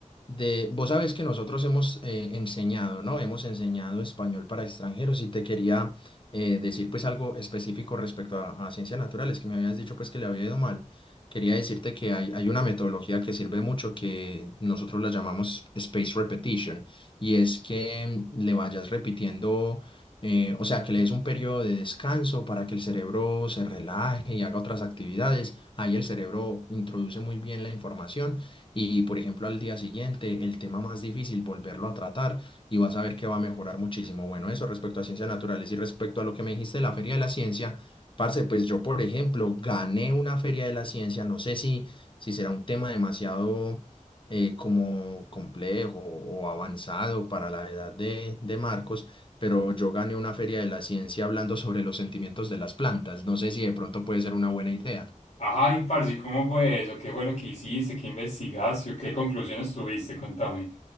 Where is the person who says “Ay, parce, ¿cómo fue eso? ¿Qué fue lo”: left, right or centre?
Left